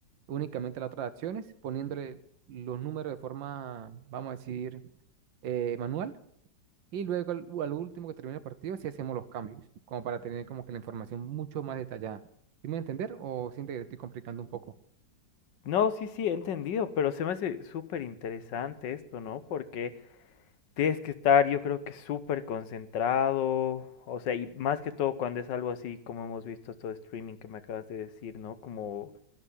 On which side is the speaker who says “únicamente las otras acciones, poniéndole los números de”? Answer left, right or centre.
Right